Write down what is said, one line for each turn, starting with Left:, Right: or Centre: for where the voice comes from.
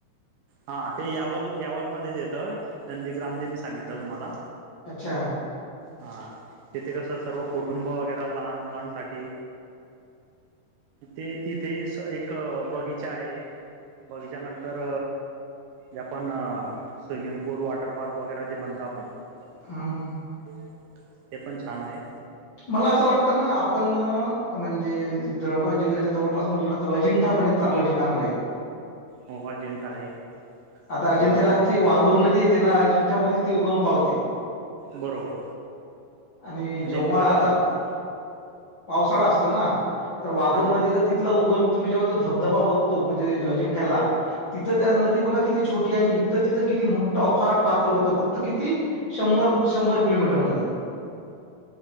Right: हा ते यावल यावलमध्येध्येच येतंय नंदीग्राम जे मी सांगितलं तुम्हाला
Left: अच्छा.
Right: हा. तिथे कसं सर्व कुटुंब वगैरे लहान मुलांसाठी ते तिथेही एक बगीचा आहे. बगीचा नंतर जे आपण स्विमिंग पूल वॉटर पार्क वगैरे जे म्हणत आपण <unintelligible>
Left: हम्म
Right: हे पण छान आहे.
Left: मला असं वाटतं ना आपण म्हणजे जळगाव जिल्ह्याच्या जवळपास म्हटलं ना तर अजिंठा पण एक चांगलं ठिकाण राहील.
Right: हो अजिंठा आहे.
Left: आता अजिंठा
Right: अ,
Left: जी वाघोर नदी येते ना अजिंठा मध्ये ती उगम पावते.
Right: बरोबर
Left: आणि जेव्हा
Right: एक अ,
Left: आता पावसाळा असतो ना तर वाघोर
Right: हां
Left: नदीचा तिथला उगम तुम्ही जेव्हा तो धबधबा बघता. तो म्हणजे अजिंठाला किती छोटी आणि इथ तिथं किती मोठं अफाट पात्र होतं फक्त किती शंभर शंभर किलोमीटर मध्ये <unintelligible>